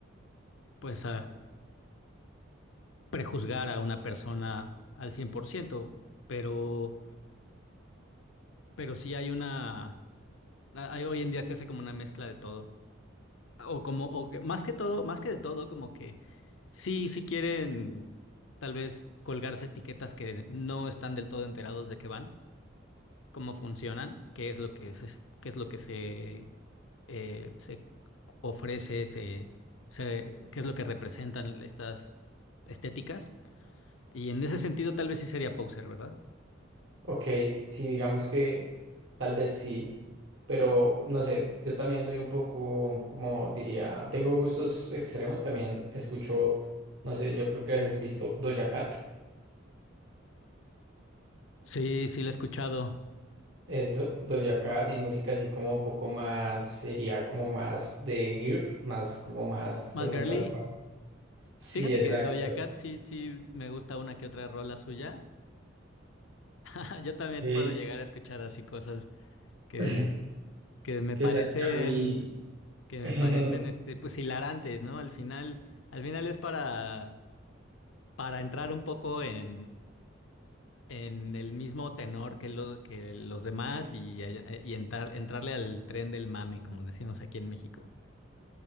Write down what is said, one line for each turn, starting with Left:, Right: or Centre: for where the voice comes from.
Left: pues a prejuzgar a una persona al cien por ciento pero, pero sí hay una Ah, ah, Hoy en día se hace como una mezcla de todo. O como, o que- más que todo, más que de todo, como que sí, sí quieren tal vez colgarse etiquetas que no están del todo enterados de qué van, cómo funcionan, qué es lo que se, es- qué es lo que se, eh, se ofrece, se, se- qué es lo que representan estas estéticas. Y en ese sentido, tal vez sí sería Poser, ¿verdad?
Right: Ok, sí, digamos que tal vez sí, pero no sé, yo también soy un poco, como diría, tengo gustos extremos, también escucho, no sé, yo creo que has visto Doja Cat,
Left: Sí, sí, la he escuchado.
Right: eso, Doja Cat y música así como un poco más, sería como más de girl, más como más
Left: Más
Right: con
Left: girly.
Right: notas suaves. Sí,
Left: Fíjate
Right: exacto.
Left: que Doja Cat sí, sí me gusta una que otra rola suya. <laughs> Yo también
Right: Ok,
Left: puedo llegar a escuchar así cosas que,
Right: <laughs>
Left: que me
Right: que
Left: parecen,
Right: sea ya muy...
Left: que
Right: <laughs>
Left: me parecen este, pues hilarantes, ¿no? Al final, al final es para, para entrar un poco en, en el mismo tenor que, lo, que los demás y, eh, y entrar, entrarle al tren del mame, como decimos aquí en México.